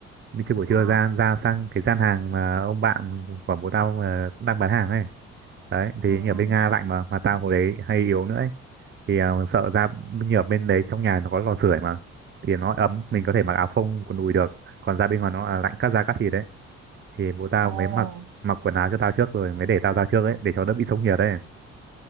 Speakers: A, on the right; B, on the right.
A: đi chơi buổi
B: ờ
A: trưa ra ra sang cái gian hàng mà ông bạn của bố tao mà cũng đang bán hàng ấy đấy thì
B: ừ
A: như ở bên Nga lạnh mà mà tao hồi đấy hay yếu nữa ấy. thì à, sợ ra như ở bên đấy trong nhà nó có lò sưởi mà thì nó ấm mình có thể mặc áo phông quần đùi được còn ra bên ngoài nó là lạnh cắt da cắt thịt đấy thì bố tao
B: ồ
A: mới mặc mặc quần áo cho tao trước rồi mới để tao ra trước ấy để cho đỡ bị sốc nhiệt ấy